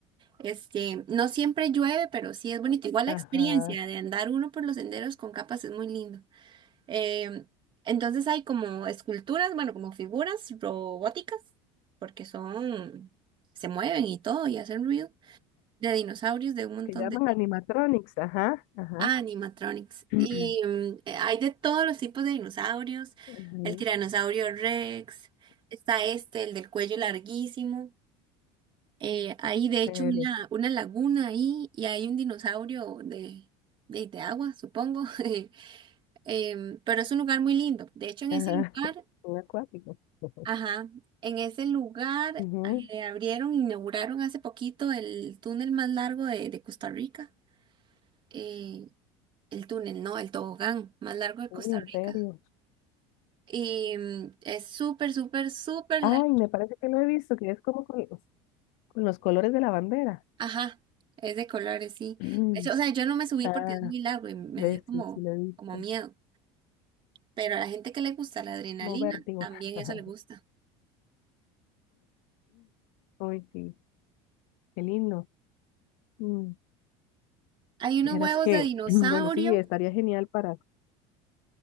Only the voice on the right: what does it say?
Este, no siempre llueve, pero sí es bonito. Igual la
experiencia de andar uno por los senderos con capas es muy lindo. Eh, entonces hay como esculturas, bueno, como figuras robóticas, porque son, se mueven y todo y hacen ruido de dinosaurios de un montón
de tipos.
Ah, animatronics.
Y mm, eh, hay de todos los tipos de dinosaurios.
El tiranosaurio Rex, está este, el del cuello larguísimo. Eh, hay de hecho
una, una laguna ahí y hay un dinosaurio de, de, de agua, supongo. <laughs> Em, pero es un lugar muy lindo. De hecho, en
ese lugar,
ajá, en ese lugar
eh, abrieron, inauguraron hace poquito el túnel más largo de, de Costa Rica. Eh, El túnel, no, el tobogán más largo de
Costa
Rica.
Y mm, es súper, súper, súper
largo.
Ajá, es de colores, sí.
De hecho, o sea, yo no me subí
porque es muy largo y me
dio como,
como miedo. Pero a la gente que le gusta la adrenalina,
también eso
le gusta.
Hay unos
huevos
de dinosaurio,